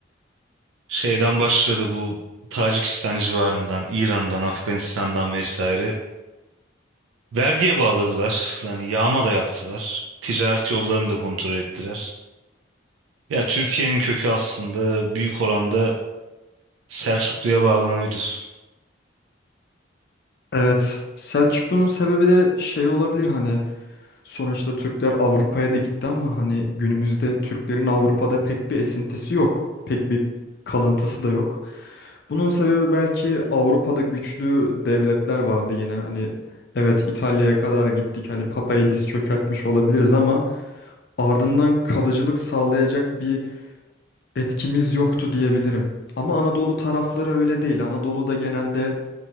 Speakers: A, on the right (about 85°); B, on the left (about 55°).
A: şeyden başladı bu Tacikistan civarından, İran'dan, Afganistan'dan vesaire vergiye bağladılar. Yani yağma da yaptılar. Ticaret yollarını da kontrol ettiler. Ya Türkiye'nin kökü aslında büyük oranda Selçuklu'ya bağlanabilir.
B: Evet, Selçuklu'nun sebebi de şey olabilir hani sonuçta Türkler Avrupa'ya da gitti ama hani günümüzde Türklerin Avrupa'da pek bir esintisi yok. Pek bir kalıntısı da yok. Bunun sebebi belki Avrupa'da güçlü devletler vardı yine. Hani evet İtalya'ya kadar gittik. Hani Papa'yı diz çökertmiş olabiliriz ama ardından kalıcılık sağlayacak bir etkimiz yoktu diyebilirim. Ama Anadolu tarafları öyle değil. Anadolu'da genelde